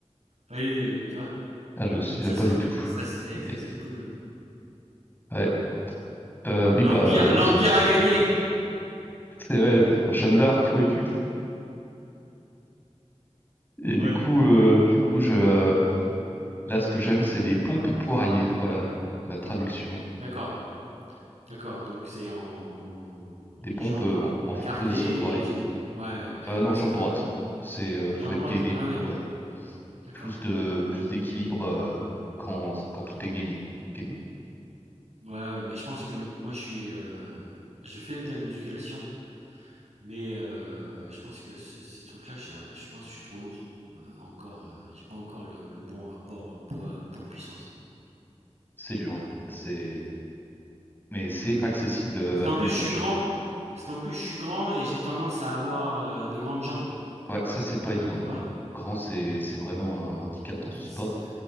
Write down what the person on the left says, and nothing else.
Ah, je ne me souviens
pas
du
tout.
Mais
ouais. Euh, oui,
bah voilà.
C'est
c'est vrai. Enfin, Jeanne d'Arc, où es-tu? Et
du coup, euh, du coup, je, Là, ce que j'aime, c'est les pompes poirier. Voilà, ma traduction.
Des
pompes
euh,
en, en
f- position poirier.
Euh,
non,
jambe
droite.
C'est euh, faut
être
gainé.
Ouais.
Plus de plus d'équilibre euh, quand, quand tout est gainé. Gainé.
C'est dur. hein. C'est mais c'est
accessible euh,
à tous
les
âges.
Ouais, ça c'est pas évident
du
coup. Grand, c'est c'est vraiment un handicap dans
ce
sport.